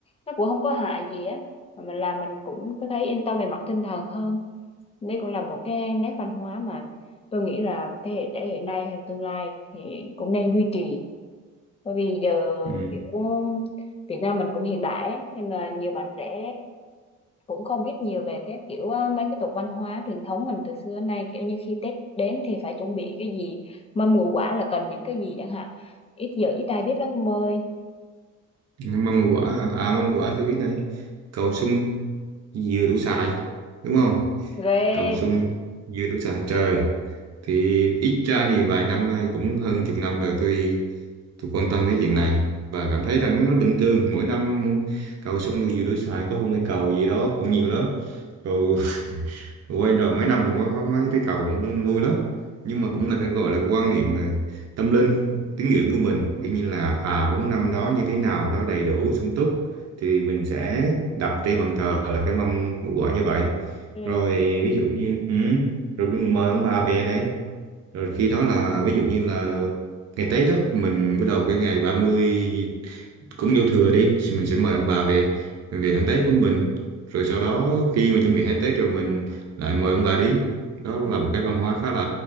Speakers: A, on the left (about 20°); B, on the right (about 55°).
A: nó cũng không có hại gì á mà mình làm mình cũng có thấy yên tâm về mặt tinh thần hơn đấy cũng là một cái nét văn hóa mà tôi nghĩ là thế hệ trẻ hiện nay hay tương lai thì cũng nên duy trì bởi vì giờ
B: Ừ.
A: kiểu Việt Nam mình cũng hiện đại ấy, thế nên là nhiều bạn trẻ cũng không biết nhiều về cái kiểu ờ, mấy cái tục văn hóa truyền thống mình từ xưa đến nay kiểu như khi Tết đến thì phải chuẩn bị cái gì mâm ngũ quả là cần những cái gì chẳng hạn ít giờ ít ai biết lắm ông ơi
B: mâm ngũ quả hả? à mâm ngũ quả tôi biết này cầu sung dừa đủ xài đúng không
A: ghê
B: cầu sung dừa đủ xài trời thì ít ra thì vài năm nay cũng hơn chục năm rồi tôi tôi quan tâm đến chuyện này và cảm thấy rằng nó bình thường mỗi năm cầu sung đu dừa đủ xài có hôn cây cầu gì đó cũng nhiều lắm cầu quay rồi mấy năm cũng có, có mấy cái cầu cũng vui lắm nhưng mà cũng là cái gọi là quan niệm ờ, tâm linh tín ngưỡng của mình Tuy như là à muốn năm đó như thế nào đó đầy đủ sung túc thì mình sẽ đặt trên bàn thờ là cái mâm ngũ quả như vậy
A: Ừ.
B: rồi ví dụ như ừ, rồi mời ông bà về đấy rồi khi đó là ví dụ như là ngày Tết đó mình bắt đầu cái ngày 30 cũng vô thừa đi thì mình sẽ mời ông bà về mình về ăn Tết với mình rồi sau đó khi mà chuẩn bị hết Tết rồi mình lại mời ông bà đi đó là
A: Ừ.
B: một cái văn hóa khá là